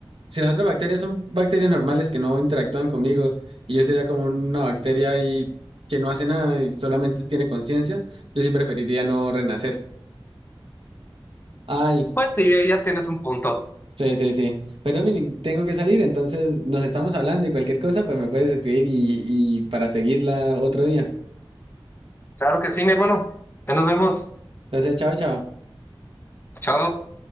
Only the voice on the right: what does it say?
si las otras bacterias son bacterias normales que no interactúan conmigo y yo sería como una bacteria y que no hace nada y solamente tiene conciencia, yo sí preferiría no renacer. Ay,
sí, sí, sí. Pues Dominic, tengo que salir, entonces nos estamos hablando y cualquier cosa, pues me puedes escribir y, y para seguirla otro día.
Entonces, chao, chao.